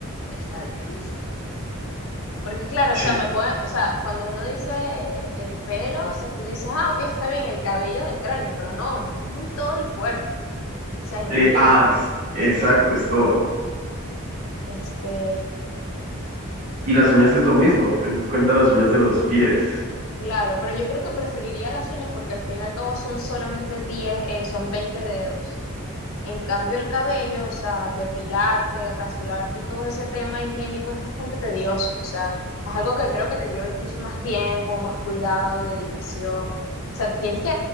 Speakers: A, on the left (about 65°); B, on the right (about 35°).
A: está difícil. Porque claro,
B: Sí.
A: o sea, me puede, o sea, cuando uno dice el pelo, o sea, tú dices, ah, ok, está bien, el cabello del cráneo, pero no, es que es en todo el cuerpo. O sea, imagínate.
B: Eh, ah, es- exacto, es todo.
A: Este,
B: Y las uñas es lo mismo, ten en cuenta las uñas de los pies.
A: claro, pero yo creo que preferiría las uñas porque al fin y al cabo son solamente diez eh, son 20 dedos. En cambio, el cabello, o sea, depilarte, rasurarte y todo ese tema higiénico es bastante tedioso, o sea, es algo que creo que te lleva incluso más tiempo, más cuidado, dedicación. O sea, tienes que,